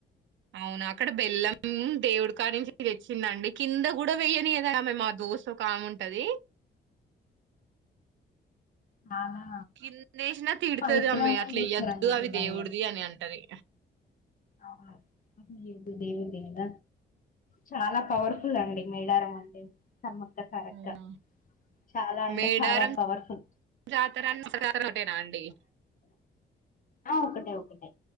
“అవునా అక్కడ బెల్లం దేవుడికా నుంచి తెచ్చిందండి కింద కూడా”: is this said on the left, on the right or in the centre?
Right